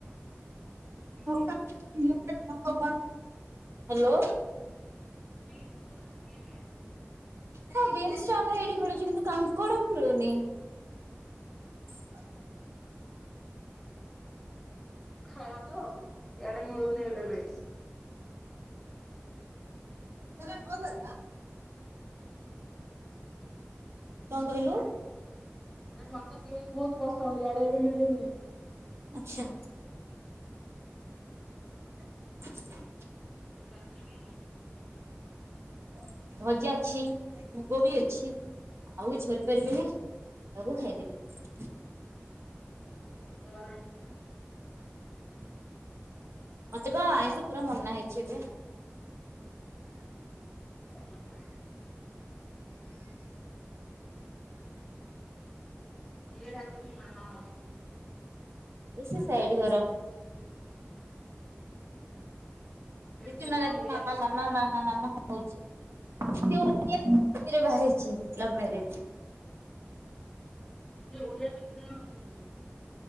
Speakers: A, in the centre; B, on the right (about 65°).
A: କଣ ବିନ୍ସ
B: <unintelligible>
A: ମିଳୁଛି କି ଏବେ?
B: ହ୍ୟାଲୋ।
A: ବୀନ୍ସ ମିଳୁଛିି କି ଏବେ?
B: ହଁ ବିମ୍ସ ତ ଏଠି ମିଳୁଛି, କିନ୍ତୁ କାଙ୍କଡ ମିଳୁନି? ହ
A: <unintelligible> ଖାଇବା ତ ଇଆଡେ ମିଳୁନି ଏବେ ବେସ
B: ସେଇଟା ଭଲ ଟା। କଣ କହିଲୁ?
A: ଆରେ ମତେ ବିନ୍ସ ବହୁତ ପସନ୍ଦ ଆଡେ ଏବେ ମିଳୁନି।
B: ଆଛା।
A: ହୁଁ।
B: <inaudible>
A: ଏବେ ରାତିରେ କଣ କରିବୁ?
B: <inaudible> ଭଜା ଅଛି, ମୁଗ ବି ଅଛି, ଆଉ କିଛି କରିପାରିବିନି। ଆକୁ ଖାଇଦେବି।
A: ଆଜି ଶୁକ୍ରବାର ଆଇଁଷ କ
B: ମତେ ବା ଆଇଁଷ ପୁରା ମନା ହେଇଛି ଏବେ।
A: ଭଲ ଖା କିଏ ଡାକୁଛି ମାମା ମାମା?
B: ଏଇ ସେ ସାଇଡ ଘର।
A: ସେଠି
B: ଏ
A: କେତେ
B: ଦିନ
A: ଜଣ
B: ରାତି
A: ଓଡିଆ
B: ମାମା
A: ରହୁଛନ୍ତି
B: ମାମା ମାମା ମାମା ହୋ ମାମା ସିଏ ତ ଖୁସି ରେ ବାହା ହେଇଛି ଲଭ୍ ମ୍ୟାରେଜ
A: ଯେ ଓଡ଼ିଆ କେତେ ଜଣ <unintelligible> ଛନ୍ତି?